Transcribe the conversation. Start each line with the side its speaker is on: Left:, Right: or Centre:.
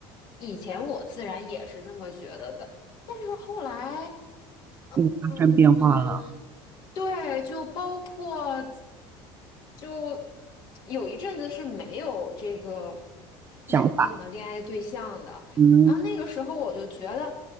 Left: 以前我自然也是这么觉得的。但是后来，嗯，
Right: 你发生变化了，
Left: 对，就包括就有一阵子是没有这个
Right: 想法，
Left: 稳定的恋爱对象的，
Right: 嗯，
Left: 然后那个时候我就觉得，